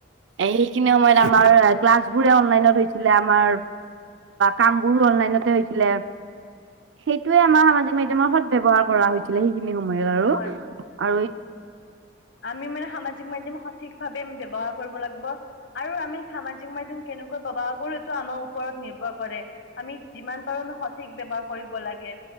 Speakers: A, on the right; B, on the left.
A: এইখিনি সময়ত আমাৰ ক্লাছ বোৰে অনলাইনত হৈছিলে আমাৰ কাম বোৰো অনলাইনতে হৈছিলে সেইটোয়ে আমাৰ সামাজিক মাধ্যমৰ সদ ব্যৱহাৰ কৰা হৈছিলে সেইখিনি সময়ত আৰু
B: হয়
A: আৰু
B: আমি মানে সামাজিক মাধ্যম সঠিক ভাৱে আমি ব্যৱহাৰ কৰিব লাগিব আৰু আমি সামাজিক মাধ্যম কে তেনেকুৱা <unintelligible> আনৰ ওপৰত নিৰ্ভৰ কৰে আমি যিমান পাৰো আমি সঠিক ব্যৱহাৰ কৰিব লাগে।